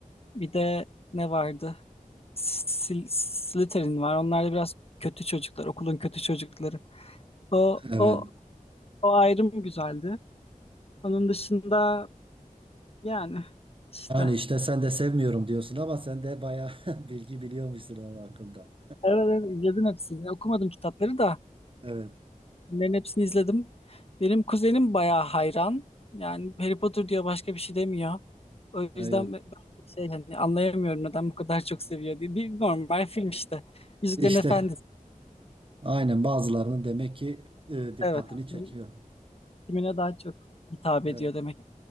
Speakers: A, on the left; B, on the right.
A: Bir de ne vardı? Sil Slytherin var. Onlar da biraz kötü çocuklar, okulun kötü çocukları. O
B: Evet.
A: o o ayrım güzeldi. Onun dışında Yani işte
B: Yani işte sen de sevmiyorum diyorsun ama sen de bayağı <laughs> bilgi biliyormuşsun onun hakkında.
A: evet, ara izledim hepsini. Okumadım kitapları da
B: Evet.
A: bunların hepsini izledim. Benim kuzenim bayağı hayran. Yani Harry Potter diyor başka bir şey demiyor. O
B: Evet.
A: yüzden ben ben şey hani anlayamıyorum neden bu kadar çok seviyor diye. Bir normal film işte. Yüzüklerin
B: İşte
A: Efendisi.
B: Aynen bazılarının demek ki e, dikkatini
A: Evet.
B: çekiyor.
A: Kim- Kimine daha çok hitap
B: Evet,
A: ediyor demek.